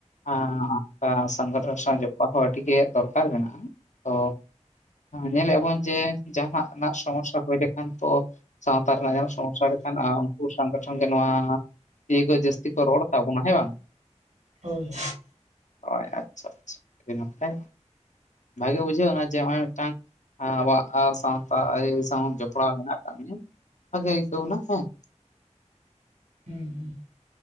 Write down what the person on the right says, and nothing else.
ᱦᱳᱭ ᱦᱳᱭ
ᱦᱩᱸ ᱦᱩᱸ